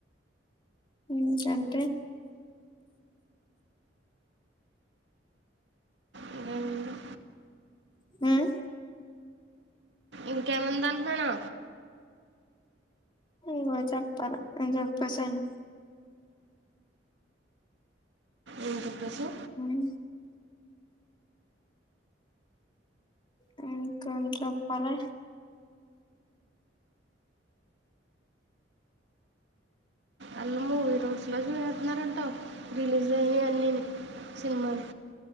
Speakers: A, on the left; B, on the right.
A: ఏంటంటే
B: ఇంకేముంది
A: మ్మ్
B: ఇంకెవలు దాంతనా
A: నువ్వే చెప్పాలి నేను చెప్పేశాను
B: ఏం చెప్పేసావ్
A: మ్మ్ మ్మ్ కొంటప్పాలె
B: ఆళ్లు మూడు రోజులలో చూసేత్తనారన్ రిలీజ్ వయినయన్నిను సినిమాలు